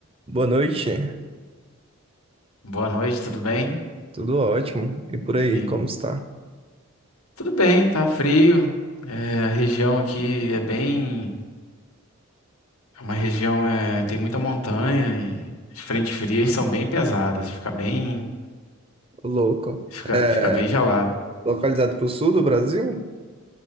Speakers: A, on the right (about 25°); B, on the left (about 80°).
A: Boa noite,
B: Boa noite, tudo bem?
A: tudo ótimo. E por aí,
B: E
A: como está?
B: tudo bem, tá frio. É, a região aqui é bem. É uma região é, tem muita montanha e as frentes frias são bem pesadas, fica bem,
A: Ô, Louco.
B: fica,
A: É,
B: fica bem gelado.
A: localizado para o sul do Brasil?